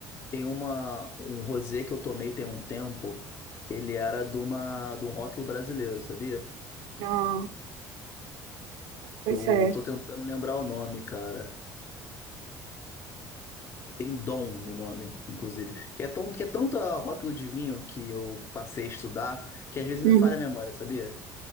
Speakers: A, on the left; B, on the right.
A: tem uma um rosé que eu tomei tem um tempo que ele era de uma de um rótulo brasileiro, sabia?
B: ah, pois
A: Eu
B: é.
A: tô tentando lembrar o nome, cara. Tem Dom no nome, inclusive. Que é tão, que é tanta rótulo de vinho que eu passei a estudar que às vezes me
B: Uhum.
A: falha a memória, sabia?